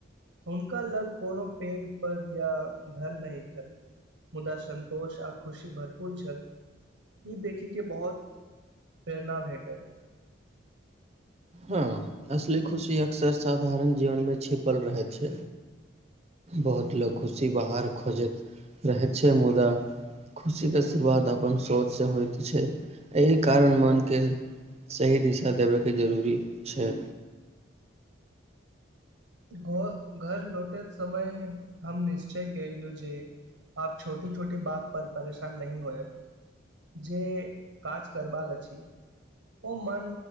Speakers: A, on the right; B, on the right.
A: हुनका लग कोनो पेघ प या धन नहि छल मुदा संन्तोष आ खुशी भरपूर छल ई देखै के बहुत प्रेरणा भेटल
B: हँ असली खुशी अक्सर साधारण जीवन मे छिपल रहै छै बहुत लोग खुशी बाहर खोजैत रहै छै मुदा खुशी के शुरुआत अपन सोच से होइत छै एहि कारण मन के सही दिशा देबे के जरूरी छै
A: घ घर लौटे समय हम निश्चय क लियौ जे आप छोटी छोटी बात पर परेशान नहिह होए जे काज करबाक अछि ओ मन